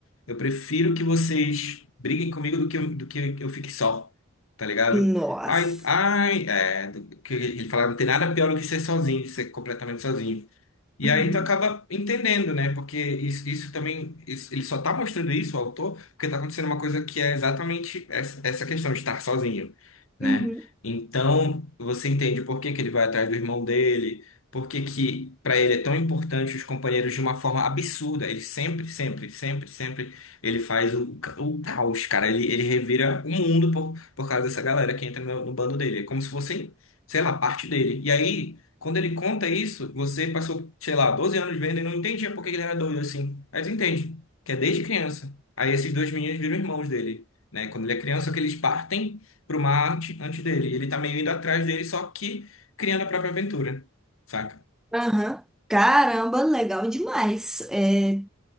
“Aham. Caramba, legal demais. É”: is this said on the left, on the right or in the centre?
Centre